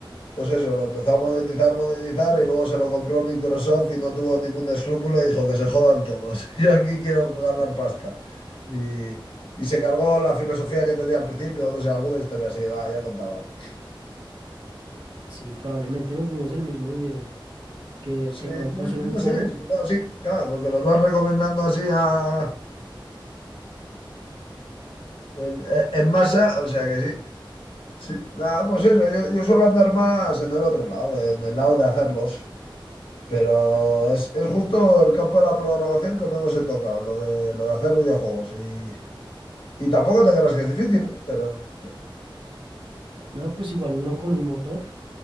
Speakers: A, on the left; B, on the right.
A: pues eso, lo empezó a monetizar, monetizar y luego se lo compró Microsoft y no tuvo ningún escrúpulo y dijo que se jodan todos. <laughs> Yo aquí quiero ganar pasta. Y, y se cargó la filosofía que tenía al principio, no sé, alguna historia así, va, ya contaban.
B: Sí, probablemente nos vimos el mismo video que, que
A: Sí,
B: el man puso
A: no
B: en un
A: no
B: foro.
A: sé, sí, bueno, sí, claro, porque los vas recomendando así a, en, en masa, o sea que sí. Sí, nada, pues eso, yo, yo suelo andar más en el otro lado, en el lado de hacerlos, pero es, es justo el campo de la programación que menos he tocado, lo de, lo de hacer videojuegos. Y, y tampoco te creas que es difícil, ¿eh? pero...
B: No, pues igual uno con un motor,